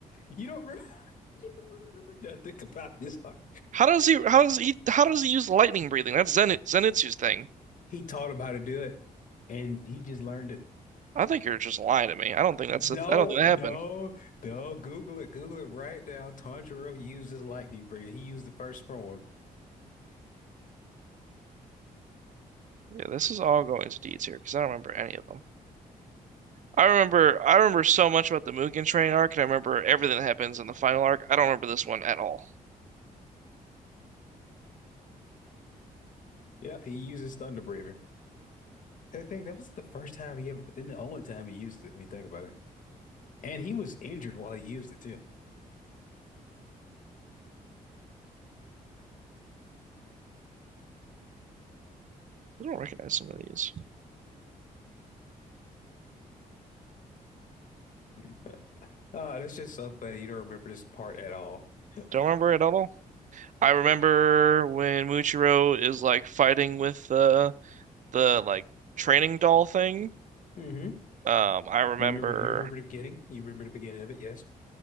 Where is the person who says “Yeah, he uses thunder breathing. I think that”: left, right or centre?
Left